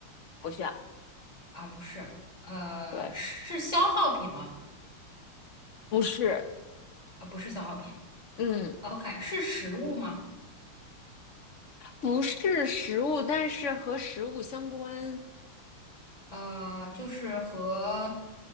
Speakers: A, on the left; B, on the left.
A: 不需要。
B: 啊，不是，呃，
A: 对，
B: 是消耗品吗？
A: 不是，
B: 啊，不是消耗品。
A: 嗯，
B: OK，是食物吗？
A: 不是食物，但是和食物相关。
B: 呃，就是和